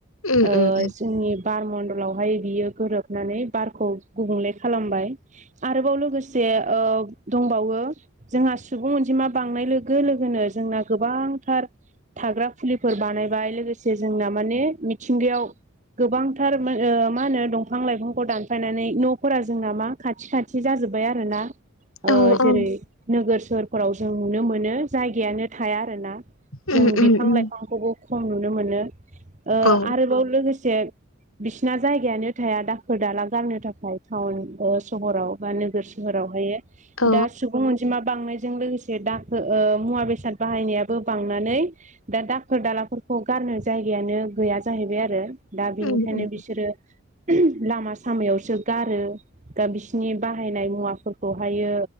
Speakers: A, on the left; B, on the right.
A: उम
B: ओ
A: उम
B: जोंनि बार मन्दलावहाय बियो गोरोबनानै बारखौ गुबुंले खालामबाय आरोबाव लोगोसे बे ओ दंबावो जोंहा सुबुं अनजिमा बांनाय लोगो लोगोनो जोंना गोबां फोथार थाग्रा फुलिफोर बानायबाय लोगोसे जोंना माने मिथिंगायाव गोबांथार मा होनो दंफां लाइफांखौ दानफायनानै न'फोरा जोंना मा खाथि खाथि जाजोब्बाय आरो ना ओ
A: औ
B: जेरै
A: औ
B: नोगोर सहरफोराव जों नुनो मोनो जायगायानो थाया आरोना
A: उम
B: जों
A: उम
B: बिफां
A: उम
B: लाइफांखौबो खम नुनो मोनो ओ
A: औ
B: आरोबाव लोगोसे बिसिना जायगायानो थाया दाखोर दाला गारनो थाखाय टाउन सहराव बा नोगोर सहरावहायो
A: औ
B: दा सुबुं अनजिमा बांनाय जों लोगोसे दा ओ मुवा बेसाद बाहायनायो बांनानै दा दाखोर दाला गार जायगायानो गैया जाहैबाय आरो दा बिनिखायनो
A: उम उम
B: बिसोरो लामा सामायावसो गारो दा बिस जोंनि बाहायनाय मुवाफोरखौहायो